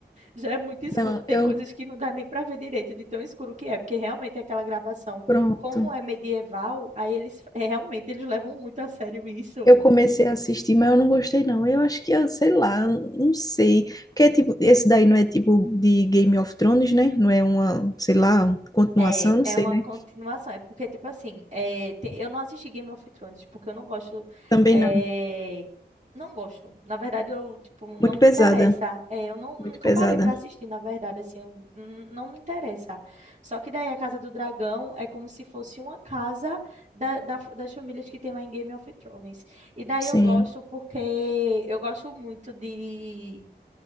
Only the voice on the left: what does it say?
Não,
eu.
Pronto.
Eu comecei a assistir, mas eu não gostei, não. Eu acho que, eu sei lá, eu não sei. Porque, é tipo, esse daí não é tipo de Game of Thrones, né? Não é uma, sei lá, continuação,
não
sei,
né?
Também
não.
Muito
pesada,
muito pesada.
Sim,